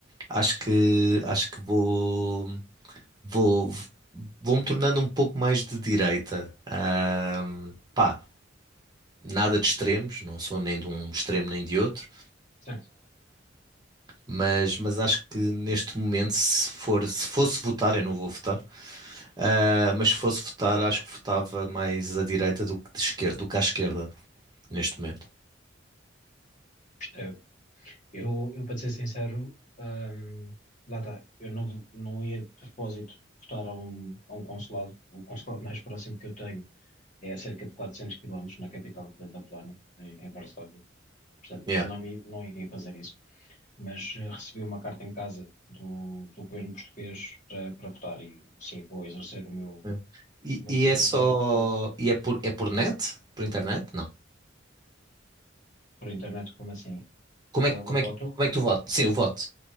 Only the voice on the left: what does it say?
Certo,
percebo. Eu, eu para te ser sincero, hum, lá está, eu não, vo- não ia de propósito votar a um, a um consulado. O consulado mais próximo que eu tenho é a cerca de 400 quilómetros na capital da, da Polónia, em, em Varsóvia. Portanto,
não, me- não iria fazer isso. Mas eh, recebi uma carta em casa do, do governo português para, para votar e sim, vou exercer o meu,
o meu
poder
de voto
por internet, como assim?
Ah,
o voto?